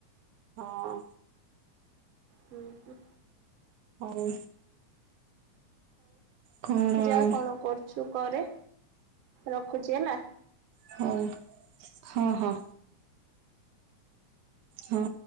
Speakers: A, on the right (about 85°); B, on the right (about 60°).
A: ହଁ।
B: ହୁଁ ହୁଁ
A: ହଉ। କଣ
B: ଯାହା
A: ଆଉ
B: କଣ କରୁଛୁ କରେ? ରଖୁଛି ହେଲା।
A: ହଁ ହଁ ହଁ। ହଁ।